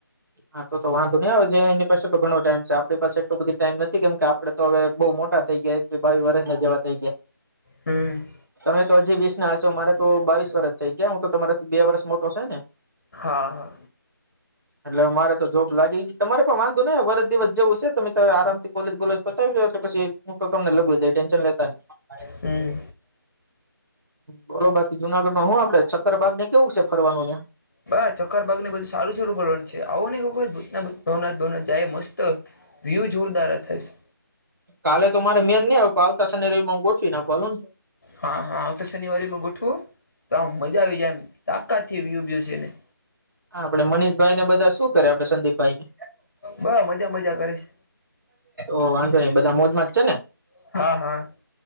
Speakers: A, on the right (about 60°); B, on the left (about 40°).
A: હા તો તો વાંધો નહી આવે જે એની પાસે તો ઘણો ટાઈમ છે આપણી પાસે એટલોું બધી ટાઈમ નથી કેમ કે આપડે તો હવે બહુ મોટા થઈ ગયા એક્વી બાવી વર્ષ ના જેવા થઇ ગયા.
B: હમમ.
A: તમે તો હજી વીસ ના હશે મારે તો બાવીસ વરષ થઈ ગયા હું તો તમારા થી બે વર્ષ મોટો છે ને
B: હા હા
A: એટલે મારે તો જોબ લાગી તમારે પણ વાંધો નય વરજ દિવસ જવું છે તમે તો આરામથી કોલેજ બોલેજ પતાવીજો એટલે પછી <unintelligible>
B: હમ્મ
A: બોલો બાકી જુનાગઢમાં હું આપડે સક્કરબાગને કેવું છે ફરવાનું ત્યાં
B: બા સક્કર ભાગ ને બધું સારું સારું ફરવાનું છે આવોની એક વખત એમ ભવનાથ ભવનાથ જાયે મસ્ત વ્યૂ જોરદાર થશ
A: કાલે તો મારે મેર ની આવે પ આવતા શનિ રવી માં ગોઠવી નાખવાનું
B: હા હા આવતા શનિવારી માં ગોઠવો તો આમ મજા આવી જાય એમ તાકાત <unintelligible> છેને
A: આપડે મનીષભાઈ ને બધા શું કરે આપણે સંદીપભાઈને?
B: બ મજા મજા કરે છે
A: ઓ વાંધો નઈ બધા મોજમાં જ છે ને
B: હા હા